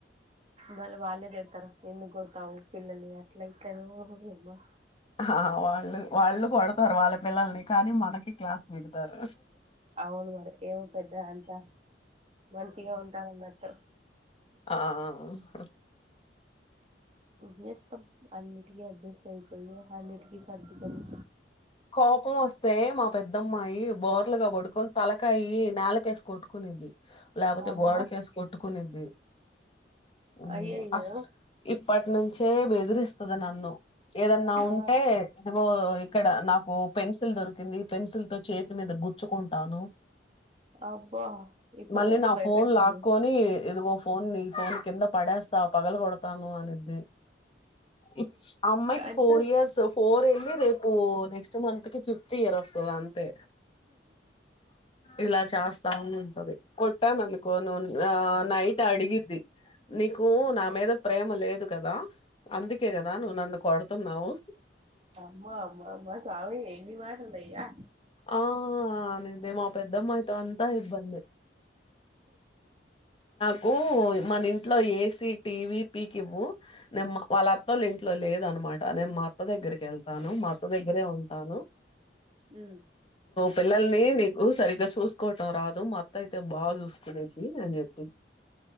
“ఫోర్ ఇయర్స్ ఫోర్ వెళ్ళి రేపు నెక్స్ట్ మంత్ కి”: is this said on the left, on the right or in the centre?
Left